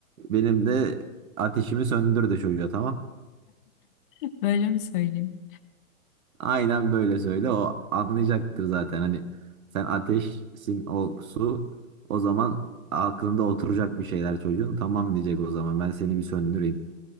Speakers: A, on the right (about 75°); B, on the left (about 40°).
A: Benim de ateşimi söndür de çocuğa tamam.
B: <laughs> Böyle mi söyleyeyim?
A: Aynen böyle söyle. O anlayacaktır zaten. Hani sen ateşsin o su. O zaman aklında oturacak bir şeyler çocuğun. Tamam diyecek o zaman. Ben seni bir söndüreyim.